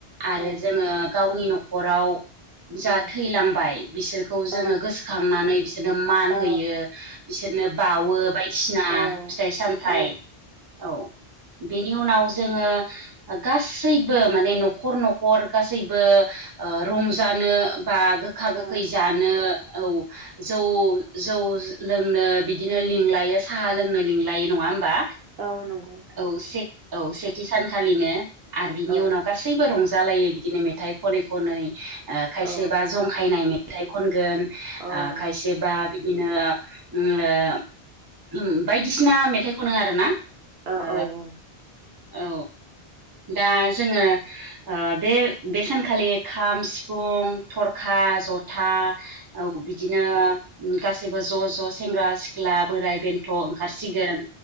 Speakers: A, on the right; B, on the right.
A: आरो
B: औ नंगौ
A: जोङो गावनि न'खराव जा
B: औ
A: थैलांबाय बिसोरखौ जोङो
B: औ
A: गोसोखांनानै बिसोरनो मान
B: औ
A: होयो। बिसोरनो बावो बायदिसिना
B: औ
A: फिथाइ सामथाइ
B: औ
A: औ। बिनि उनाव जोङो गासैबो माने न'खर न'खर गासै गासैबो ओ रंजानो बा गोखा
B: औ
A: गोखै जानो। औ जौ जौ लोंनो बिदिनो लिंलायो साहा लोंनो लिंला लायो नङा होमबा
B: औ नंगौ
A: औ से औ से थि सानखालिनो आरो बिनि
B: औ
A: उनाव गासैबो रंजालायो बिदिनो मेथाइ खनै खनै ओ खायसेबा
B: औ
A: जंखायनाय मेथाइ खनगोन ओ
B: ओं
A: खायसेबा इनो उम ओ उम बायदिसिना मेथाइ खनो आरोना।
B: औ
A: ओ
B: ओं
A: औ दा जोङो ओ बे बे सानखालि खाम सिफुं थरखा जथा औ बिदिनो गासैबो ज' ज' सेंग्रा सिख्ला बोराइ बेन्थ' ओं खारसिगोन